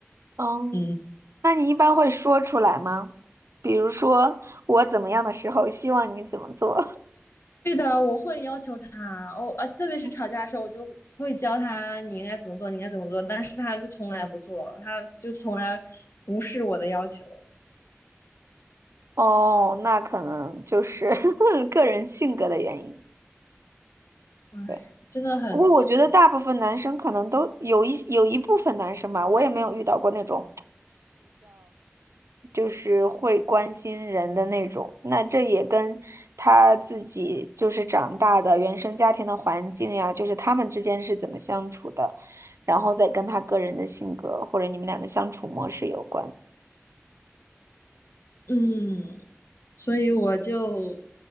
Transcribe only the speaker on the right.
哦，
那你一般会说出来吗？比如说我怎么样的时候，希望你怎么做？
<laughs>
哦，那可能就是 <laughs> 个人性格的原因。
对，
不过我觉得大部分男生可能都有一有一部分男生吧，我也没有遇到过那种就是会关心人的那种。那这也跟他自己就是长大的原生家庭的环境呀，就是他们之间是怎么相处的，然后再跟他个人的性格或者你们俩的相处模式有关。